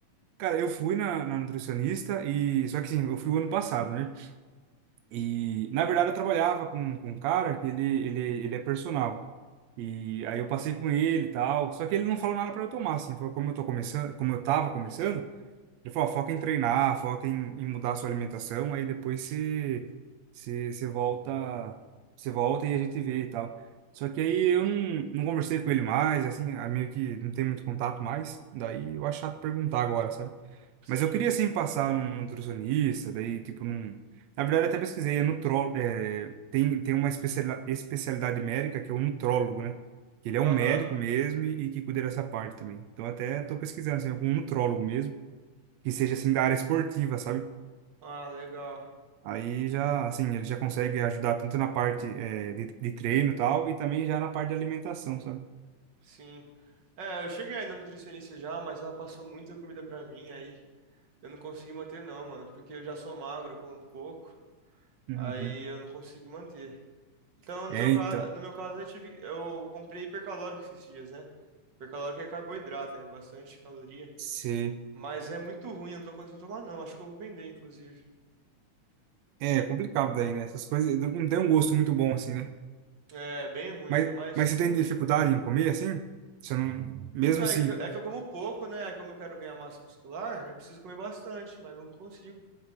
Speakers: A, on the right; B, on the right.
A: Cara, eu fui na, na nutricionista e. Só que assim, eu fui o ano passado, né? E, na verdade, eu trabalhava com, com um cara que ele, ele, ele é personal. E aí eu passei com ele e tal. Só que ele não falou nada para eu tomar, assim. Foi como eu tô começando, como eu tava começando. Ele falou, ó, foca em treinar, foca em, em mudar a sua alimentação, aí depois você, você, você volta, você volta e a gente vê e tal. Só que aí eu não, não conversei com ele mais, assim, ah, meio que não tem muito contato mais, daí eu acho chato perguntar agora, sabe?
B: Sim.
A: Mas eu queria, assim, passar num nutricionista, daí, tipo, num... Na verdade, eu até pesquisei, é nutró, é, tem, tem uma especiali- especialidade médica que é o nutrólogo, né? Que ele é
B: Aham.
A: um médico mesmo e, e que cuida dessa parte também. Então, até tô pesquisando, assim, algum nutrólogo mesmo, que seja assim da área esportiva, sabe?
B: Ah, legal.
A: Aí já, assim, ele já consegue ajudar tanto na parte é, de, de treino e tal, e também já na parte de alimentação, sabe?
B: Sim. É, eu cheguei aí na nutricionista já, mas ela passou muita comida pra mim, aí Eu não consegui manter não, mano, porque eu já sou magro, eu como pouco,
A: Uhum.
B: aí eu não consigo manter. Então, no
A: É,
B: meu caso,
A: então,
B: no meu caso eu tive, eu comprei hipercalórico esses dias, né? Hipercalórico é carboidrato, é bastante caloria,
A: se...
B: mas é muito ruim, eu não tô conseguindo tomar não, acho que eu vou vender, inclusive.
A: É complicado daí, né? Essas coisas não não tem um gosto muito bom, assim, né?
B: É bem ruim,
A: Mas,
B: ainda mais
A: mas
B: com...
A: você tem dificuldade em comer, assim? Você não... Mesmo
B: Então, é
A: se...
B: que, eu- é que eu como pouco, né? Aí como eu quero ganhar massa muscular, eu preciso comer bastante, mas não consigo.